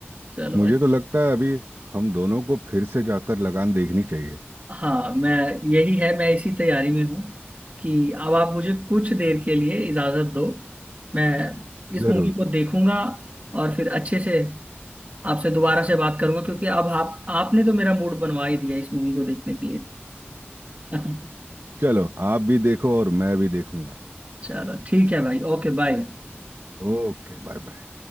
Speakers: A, on the right (about 35°); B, on the right (about 65°).
A: चलो
B: मुझे
A: अच्छा।
B: तो लगता है अभी हम दोनों को फिर से जाकर लगान देखनी चाहिए
A: हाँ मैं यही है मैं इसी तैयारी में हूँ कि अब आप मुझे कुछ देर के लिए इजाजत दो मैं इस
B: जरूर
A: मूवी को देखूंगा और फिर अच्छे से आपसे दोबारा से बात करूंगा क्योंकि अब आप आपने तो मेरा मूड बनवा ही दिया इस मूवी को देखने के लिए <laughs>
B: चलो आप भी देखो और मैं भी देखूंगा
A: चलो ठीक है भाई ओके बाय
B: Okay bye bye